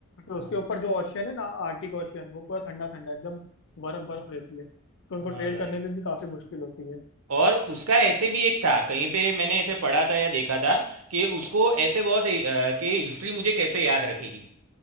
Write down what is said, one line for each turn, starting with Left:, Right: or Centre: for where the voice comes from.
Left: तो उसके
Right: हाँ
Left: ऊपर जो ओशन है ना आर्टिक ओशन वो पूरा ठंडा ठंडा एकदम बर्फ बर्फ रहती है तो उनको
Right: हाँ हाँ,
Left: ट्रेड
Right: भाई
Left: करने में भी काफी मुश्किल होती है
Right: और उसका ऐसे भी एक था कहीं पे मैंने ऐसे पढ़ा था या देखा था कि उसको ऐसे बहुत अ, कि हिस्ट्री मुझे कैसे याद रखेगी